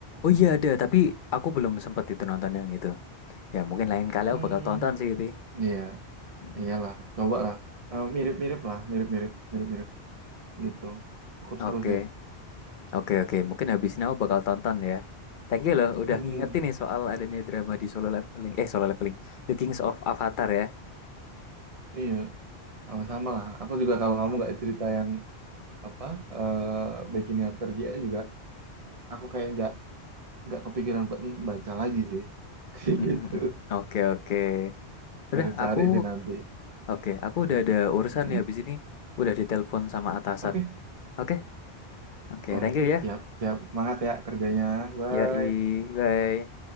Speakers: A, on the left; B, on the right.
A: Oh iya ada, tapi aku belum sempat itu nonton yang itu. Ya mungkin lain kali
B: Hmm,
A: aku bakal tonton sih itu.
B: iya,
A: Mm.
B: iyalah, coba lah. Eh, mirip-mirip lah, mirip-mirip, mirip-mirip gitu. Cukup seru
A: Oke,
B: sih.
A: oke, oke. Mungkin habis ini aku bakal tonton ya. Thank you loh, udah
B: Mm-mm.
A: ngingetin nih soal adanya drama di Solo Leveling. Eh, Solo Leveling. The Kings of Avatar ya.
B: Iya, sama-sama lah. Aku juga kalau kamu nggak cerita yang apa eh Beginning After the End juga, aku kayak nggak nggak kepikiran buat baca lagi sih. <laughs> Kayak
A: Mm, mm,
B: gitu.
A: mm. Oke, oke. Udah,
B: Harus cari
A: aku...
B: sih nanti.
A: Oke, aku udah
B: Mm,
A: ada urusan
B: mm,
A: ya habis ini. Udah ditelepon sama atasan.
B: Oke,
A: Oke, oke.
B: Wah,
A: Thank you ya.
B: siap, siap. Semangat ya kerjanya. Bye.
A: Yoi, bye.